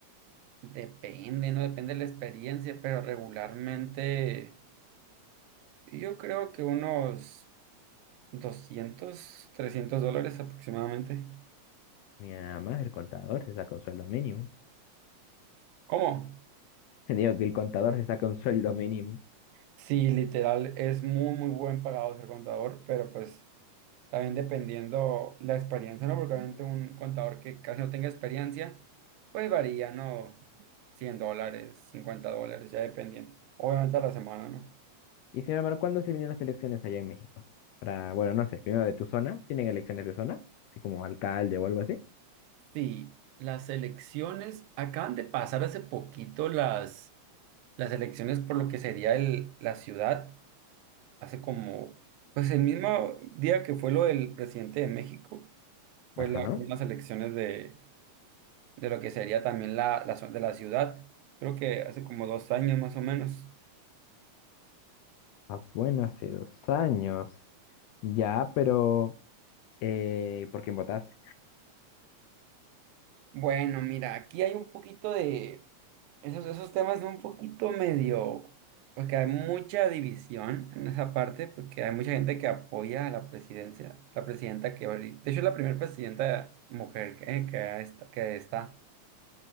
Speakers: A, on the right (about 85°); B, on the left (about 80°).
A: depende, ¿no? Depende de la experiencia, pero regularmente... Y Yo creo que unos 200 300 dólares aproximadamente.
B: Mi mamá, es el contador se saca un sueldo mínimo.
A: ¿Cómo?
B: <laughs> Digo que el contador se saca un sueldo mínimo.
A: Sí, literal, es muy, muy buen pagado ser contador, pero pues también dependiendo la experiencia, ¿no? Porque obviamente un contador que casi no tenga experiencia, pues varía, ¿no? cien dólares, 50 dólares, ya dependiendo. Obviamente a la semana, ¿no?
B: Y sin embargo, ¿cuándo se vienen las elecciones allá en México? Para, bueno, no sé, primero de tu zona. ¿Tienen elecciones de zona? Así como alcalde o algo así.
A: Sí, las elecciones, acaban de pasar hace poquito las, las elecciones por lo que sería el, la ciudad. hace como, pues el mismo día que fue lo del presidente de México, fue
B: Ajá.
A: la, fue las elecciones de, de lo que sería también la, la zo- de la ciudad, creo que hace como dos años más o menos.
B: Ah, bueno, hace dos años. Ya, pero eh, ¿por quién votaste?
A: Bueno, mira, aquí hay un poquito de esos, esos temas son un poquito medio, porque hay mucha división en esa parte, porque hay mucha gente que apoya a la presidencia, la presidenta que ahorita, de hecho es la primera presidenta mujer eh, que, ha esta- que está.